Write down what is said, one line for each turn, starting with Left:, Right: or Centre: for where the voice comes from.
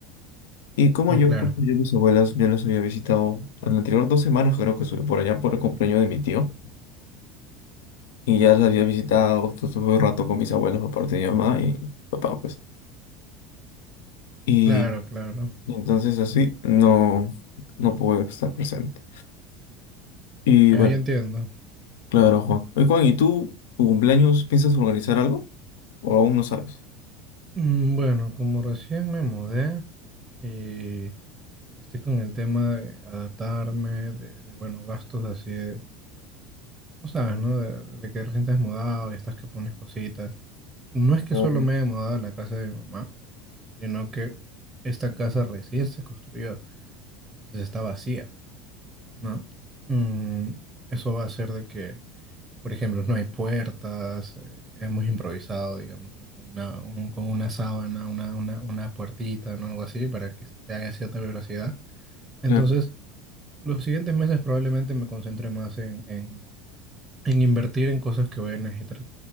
Left: Y como
Right: Oh,
Left: yo,
Right: claro.
Left: justo yo a mis abuelas ya las había visitado en anterior dos semanas, creo que estuve por allá por el cumpleaños de mi tío. Y ya las había visitado, justo estuve un rato con mis abuelos por parte de mi mamá y papá, pues. Y,
Right: Claro, claro.
Left: y entonces así no, no pude estar presente. Y
Right: Ya,
Left: bueno,
Right: ya entiendo.
Left: claro, Juan. Oye, Juan, ¿y tú, tu cumpleaños, piensas organizar algo? ¿O aún no sabes?
Right: Mm, bueno, como recién me mudé, y Estoy con el tema de adaptarme, de, de, bueno, gastos así de, no sabes, ¿no? De, de que recién te has mudado y estás que pones cositas. No es que
Left: Ujú.
Right: solo me he mudado a la casa de mi mamá, sino que esta casa recién se construyó, entonces está vacía, ¿no? Mm, eso va a ser de que, por ejemplo, no hay puertas, eh, hemos improvisado, digamos, ¿no? con una, un- con una sábana, una, una, una puertita, ¿no? Algo así, para que esté a cierta velocidad. Entonces,
Left: Claro,
Right: Los siguientes meses probablemente me concentre más en, en, en invertir en cosas que voy a necesitar